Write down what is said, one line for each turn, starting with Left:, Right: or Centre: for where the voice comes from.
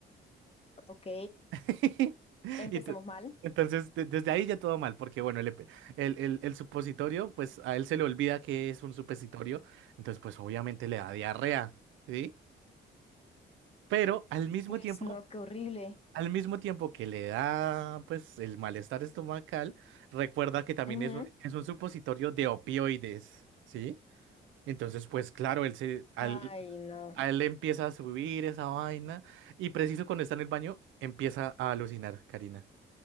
Left: Ok.
Right: <laughs>
Left: Empezamos
Right: Y te-
Left: mal.
Right: entonces de- desde ahí ya todo mal, porque bueno, el, epe- el, el, el supositorio, pues a él se le olvida que es un supositorio, entonces pues obviamente le da diarrea, ¿sí? Pero al mismo
Left: Pues
Right: tiempo...
Left: no, qué horrible.
Right: Al mismo tiempo que le da, pues, el malestar estomacal, recuerda que también
Left: Ujú.
Right: es, un- es un supositorio de opioides, ¿sí? Entonces, pues, claro, él se, al,
Left: Ay, no.
Right: a él le empieza a subir esa vaina y preciso cuando está en el baño, empieza a alucinar, Karina,